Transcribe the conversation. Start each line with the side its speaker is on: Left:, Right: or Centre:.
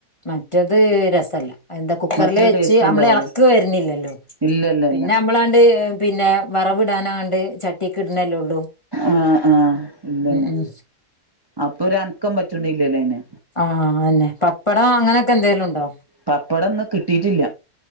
Left: മറ്റത് രസല്ല എന്താ കുക്കറിൽ
Right: മറ്റേ
Left: വെച്ച്
Right: ടേസ്റ്റ്
Left: അമ്മള്
Right: ഉണ്ടാവൂല
Left: എളക്ക് വരുന്നില്ലല്ലോ
Right: ഇല്ല ഇല്ല
Left: പിന്നെ
Right: ഇല്ല
Left: നമ്മളാണ്ട് പിന്നെ വറവ് ഇടാനാണ്ട് ചട്ടിക്ക് ഇട്ണല്ലേ ഒള്ളൂ
Right: ആഹ് ആഹ് ഇല്ലന്നെ
Left: ഉം
Right: അപ്പ ഒര് അനക്കം പറ്റ്ണില്ലല്ലേ അയ്ന്
Left: ആഹ് അങ്ങനന്നെ പപ്പടം അങ്ങനെക്കെ എന്തെക്കെലും ഉണ്ടോ?
Right: പപ്പടം ന്ന് കിട്ടിട്ടില്ല